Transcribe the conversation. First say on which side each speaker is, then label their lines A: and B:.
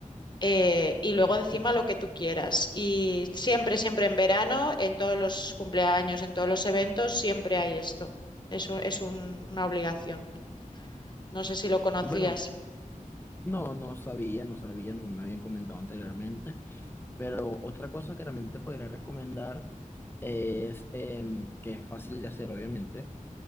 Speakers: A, on the left; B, on the left.
A: eh, y luego encima lo que tú quieras. Y siempre, siempre en verano, en todos los cumpleaños, en todos los eventos, siempre hay esto. Es un- es un- una obligación. No sé si lo conocías.
B: Bueno, No, no sabía, no sabía, no me habían comentado anteriormente. Pero otra cosa que también te podría recomendar es, em, que es fácil de hacer, obviamente,